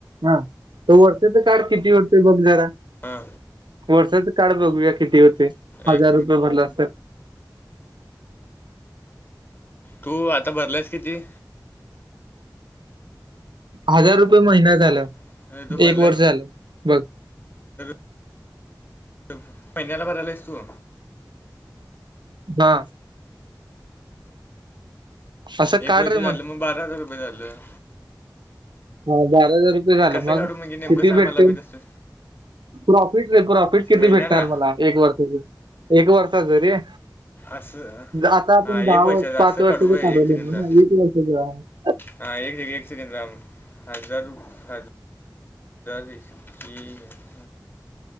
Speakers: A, on the right; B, on the left.
A: हा तर वर्षाचा काळ किती होतय बघ जरा.
B: हा.
A: वर्षाच काळ बघूया किती होते हजार
B: एक
A: रुपये भरलास तर.
B: तू आता भरलायस किती?
A: हजार रुपये महिना झाला
B: अरे तू भरलाय
A: एक वर्ष झालं बघ.
B: <inaudible> महिन्याला बरायला आहेस तू?
A: हा. असं काढ
B: एक वर्ष
A: रे
B: झालं मग बारा हजार रुपये झालं.
A: हा बारा हजार रु. झालं
B: कसं
A: मग
B: काढू म्हणजे नेमकं
A: किती
B: सांग
A: भेटते
B: मला मी तसं
A: प्रॉफिट र प्रॉफिट किती
B: महिन्याला
A: भेटणार मला? एक वर्ष, एक वर्षाचा रे.
B: असं
A: आता आपण
B: हा एक
A: दहा
B: वर्षाचं
A: वर्ष पाच
B: असं
A: वर्षाच
B: काढू होय
A: चालवलं
B: एक सेकंदा
A: ना एक वर्षाच.
B: हा एक सेक एक सेकंड थांब हजारज. अरी ठीक आहे.